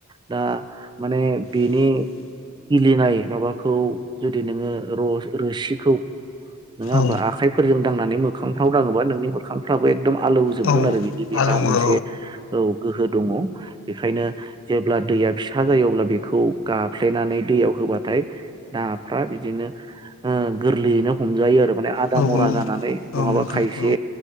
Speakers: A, on the right; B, on the left.
A: दा माने बिनि गिलिनाय माबाखौ जुदि नोङो रस रोसिखौ नोङा होमबा
B: औ औ
A: आखाइफोरजों दांनानै मोखांफ्राव दाङोबा नोंनि मोखांफ्राबो एकदम आलौजोबगोन
B: औ
A: आरो बिदि बेहा
B: आलौवो
A: मोनसे
B: औ
A: औ गोहो दङ बेखायनो जेब्ला दैया फिसा जायो अब्ला बेखौ खौ गाफ्लेनानै दैयाव होबाथाय नाफ्रा बिदिनो गोरलैयैनो हमजायो आरो माने आदा
B: औ
A: मरा जानानै
B: औ
A: नंङाबा
B: नोंथां
A: खायसे
B: औ